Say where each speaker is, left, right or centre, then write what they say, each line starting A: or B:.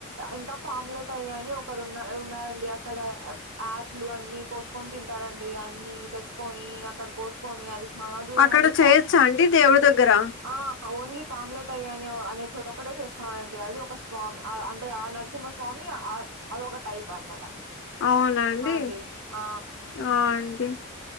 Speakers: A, on the right; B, on the left.
A: ఇంకా పామ్లెట్ అయ అని ఒకరు ఉన్న ఉన్నారండి అక్కడ యాప్లు అన్ని కోసుకొని తింటారండి అన్ని తెచ్చుకొని అక్కడ కోసుకొని అది బాగా దూరమండి
B: అక్కడ చేయొచ్చా
A: ఫ
B: అండి దేవుడి దగ్గర
A: ఆ ఓన్లీ పామ్లెట్ అయ్యానయో అనే చోట ఒక్కటే చేస్తానండి అది ఒక స్వామి అంటే ఆ నరసింహ స్వామి అదొక టైప్ అనమాట
B: అవునండి
A: అండి ఆ
B: ఆ అండి